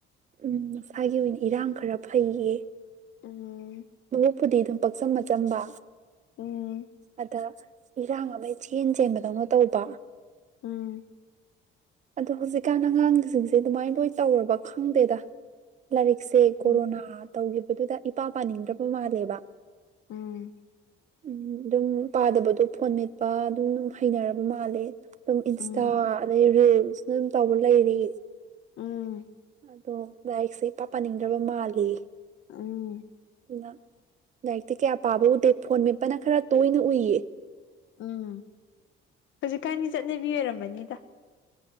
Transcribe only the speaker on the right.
ꯎꯝ ꯃꯁꯥꯒꯤ ꯑꯣꯏꯅ ꯏꯔꯥꯡ ꯈꯔ ꯐꯩꯌꯦ
ꯃꯕꯛꯄꯨꯗꯤ ꯑꯗꯨꯝ ꯄꯥꯛꯆꯝ ꯃꯆꯝꯕ
ꯑꯗ ꯏꯔꯥꯡ ꯑꯃ ꯆꯦꯟ ꯆꯦꯟꯕꯗꯧꯅ ꯇꯧꯕ
ꯑꯗꯣ ꯍꯧꯖꯤꯛꯀꯥꯟ ꯑꯉꯥꯡꯁꯤꯡꯁꯦ ꯑꯗꯨꯃꯥꯏꯅ ꯂꯣꯏ ꯇꯧꯔꯕ ꯈꯪꯗꯦꯗ ꯂꯥꯏꯔꯤꯛꯁꯦ
ꯀꯣꯔꯣꯅꯥ ꯇꯧꯈꯤꯕꯗꯨꯗ ꯏꯄꯥ ꯄꯥꯅꯤꯡꯗ꯭ꯔꯕ ꯃꯥꯜꯂꯦꯕ
ꯎꯝ ꯑꯗꯨꯝ ꯄꯥꯗꯕꯗꯣ ꯐꯣꯟ ꯃꯦꯠꯄ ꯑꯗꯨꯝꯝ ꯍꯩꯅꯔꯕ ꯃꯥꯜꯂꯦ ꯑꯗꯨꯝ ꯏꯟꯁꯇꯥ
ꯑꯗꯗꯒꯤ ꯔꯤꯜꯁꯅ ꯑꯗꯨꯝ ꯇꯧꯕ ꯂꯩꯔꯤ
<unintelligible> ꯄꯥ ꯄꯟꯅꯤꯡꯗ꯭ꯔꯕ ꯃꯥꯜꯂꯤ
ꯑꯗꯨꯅ ꯂꯥꯏꯔꯤꯛꯇꯤ ꯀꯌꯥ ꯄꯥꯕ ꯎꯗꯦ ꯐꯣꯟ ꯃꯦꯞꯄꯅ ꯈꯔ ꯇꯣꯏꯅ ꯎꯏꯌꯦ